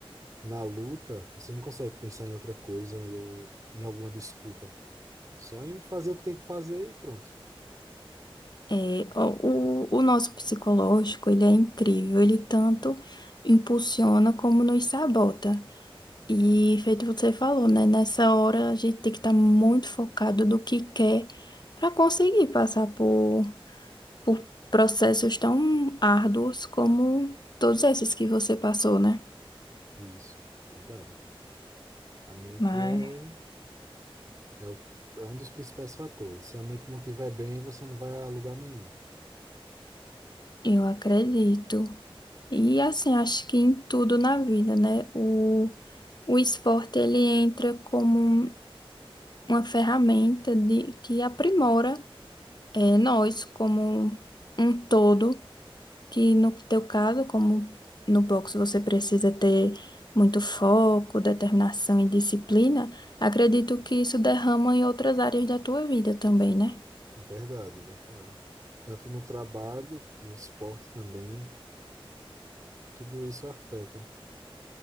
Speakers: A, on the right (about 35°); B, on the left (about 45°).
A: na luta, você não consegue pensar em outra coisa em- ou em alguma desculpa. Só em fazer o que tem que fazer e pronto.
B: É, o, o o nosso psicológico, ele é incrível, ele tanto impulsiona como nos sabota. E feito você falou, né? Nessa hora a gente tem que estar muito focado do que quer para conseguir passar por. por processos tão árduos como todos esses que você passou, né?
A: Isso, verdade. A mente
B: Mas,
A: é É, o- é um dos principais fatores. Se a mente não estiver bem, você não vai a lugar nenhum.
B: Eu acredito. E assim, acho que em tudo na vida, né? O, o esporte ele entra como um- uma ferramenta de, que aprimora eh, nós como um todo que no teu caso, como no boxe você precisa ter muito foco, determinação e disciplina, acredito que isso derrama em outras áreas da tua vida também, né?
A: É Verdade, é verdade. Tanto no trabalho, no esporte também, tudo isso afeta